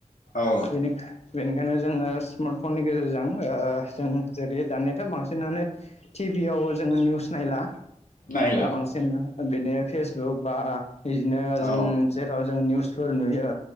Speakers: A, on the left; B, on the left.
A: औ
B: बेनि बेनिखायनो जोङो स्मार्ट फननि गेजेरजों जों जेरदि दानियाथ' बांसिनानो थिग टिभि आव जोङो निउस नायला
A: नायला
B: बांसिन बिदि फेसबुक बा बिदिनो
A: औ
B: जों जेराव जों निउज फोर नुयो